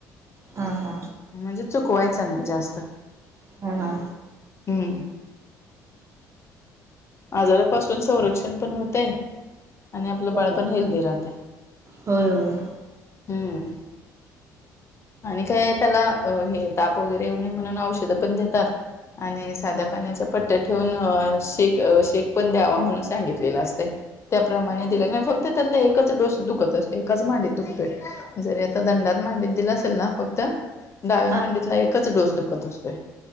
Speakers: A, on the right (about 35°); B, on the left (about 30°).
A: हा हा,
B: म्हणजे चुकवायचं नाही जास्त.
A: ह हा,
B: हम्म, आजारापासून संरक्षण पण होतय. आणि आपलं बाळ
A: होय
B: पण हेल्दी राहते
A: होय होय
B: हम्म, आणि काय त्याला हे ताप वगैरे येऊ नये म्हणून औषधं पण देतात. आणि साध्या पाण्याच्या पट्ट्या ठेवून शेक''--'' अ शेक पण द्यावा म्हणून सांगितलेला असते. त्याप्रमाणे दिल्या नाही फक्त त्यातला एकच डोस दुखत असतो एकाच मांडीत दुखतोय. जरी आता दंडात मांडीत दिला असेल ना फक्त. डाव्या
A: हा
B: मांडीतला एकच डोस दुखत असतोय.